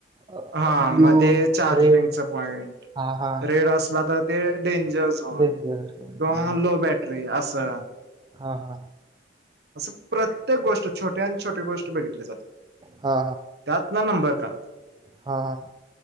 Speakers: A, on the right; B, on the right.
A: अ.....
B: हा
A: ब्ल्यू,
B: मग ते चार्जिंगचा
A: रेड
B: पॉइंट
A: हा हा
B: रेड असला तर, ते डेंजर झोन,
A: डेंजर
B: किंवा
A: हा
B: लो बॅटरी असं
A: हा -हा
B: असं प्रत्येक गोष्ट छोट्याहून छोटी गोष्ट बघितली जाते
A: हा
B: त्यातनं नंबर काढतात
A: हा- हा